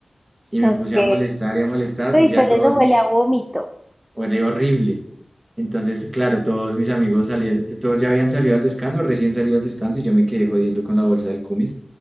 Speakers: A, on the right; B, in the centre.
A: Y me
B: ok.
A: puse a molestar y a molestar,
B: Uy,
A: ya
B: pero
A: todos,
B: eso huele a vómito.
A: era horrible. Entonces, claro, todos mis amigos salieron, todos ya habían salido al descanso, recién salido al descanso y yo me quedé jodiendo con la bolsa del cumis.